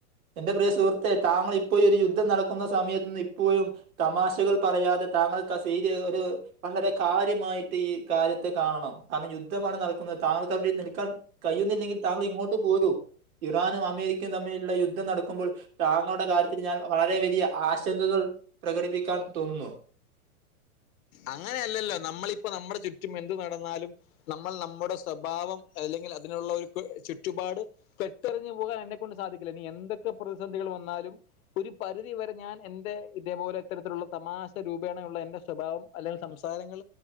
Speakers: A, on the right; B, on the left.
A: ന്റെ പ്രിയ സുഹൃത്തേ താങ്കൾ ഇപ്പോ യൊരു യുദ്ധം നടക്കുന്ന സമയത്തുനിന്ന് ഇപ്പോഴും തമാശകൾ പറയാതെ താങ്കൾക്കാസീരി ഒരു വളരെ കാര്യമായിട്ട് ഈ കാര്യത്തെ കാണണം കാരണം യുദ്ധമാണ് നടക്കുന്നത് താങ്കൾക്കവിടെ നിൽക്കാൻ കയ്യുന്നില്ലെങ്കി താങ്കൾ ഇങ്ങോട്ട് പോരൂ ഇറാനും അമേരിക്കയും തമ്മിലുള്ള യു ദ്ധം നടക്കുമ്പോൾ താങ്ങളുടെ കാര്യത്തിൽ ഞാൻ വളരെ വലിയ ആശങ്കകൾ പ്രകടിപ്പിക്കാൻ തോന്നുന്നു.
B: അങ്ങനെയല്ലല്ലോ നമ്മളിപ്പം നമ്മടെ ചുറ്റും എന്തു നടന്നാലും നമ്മൾ നമ്മുടെ സ്വഭാവം അല്ലെങ്കിൽ അതിനുള്ള ഒരു ചുറ്റുപാട് പെട്ടെ റിഞ്ഞു പോകാൻ എന്നെക്കൊണ്ട് സാധിക്കില്ല ഇനി എന്തൊക്കെ പ്രതിസന്ധികൾ വന്നാലും ഒരു പരിധി വരെ ഞാൻ എ ന്റെ ഇതേപോലെ ഇത്തരത്തിലുള്ള തമാശ രൂപേണയുള്ള എന്റെ സ്വഭാവം അല്ലെങ്കിൽ സംസാരങ്ങൾ